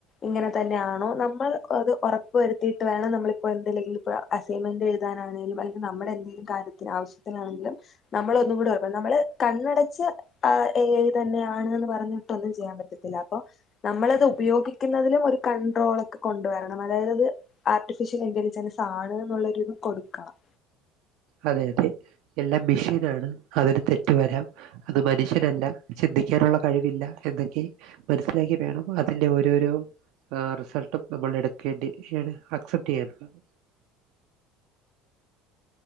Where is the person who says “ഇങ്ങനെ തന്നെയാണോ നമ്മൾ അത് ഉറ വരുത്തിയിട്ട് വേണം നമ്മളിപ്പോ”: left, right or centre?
Left